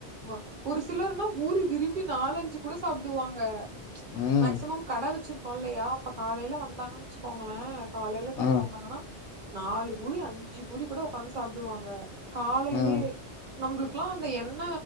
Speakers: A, on the right (about 50°); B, on the left (about 80°).
A: வ ஒரு சிலர்னா பூரி விரும்பி நாலஞ்சு கூட சாப்டுவாங்க
B: ம்
A: மேக்சிமம் கட வச்சிருக்கோ இல்லயா அப்ப காலைல வந்தாங்கனு வச்சுக்கோங்ளே காலைல டைம்ல
B: ம்
A: வந்தாங்கன்னா நாலு பூரி அஞ்சு பூரி கூட ஒக்காந்து சாப்டுவாங்க காலைலியே
B: ம்
A: நம்ளுக்கெல்லா அந்த எண்ண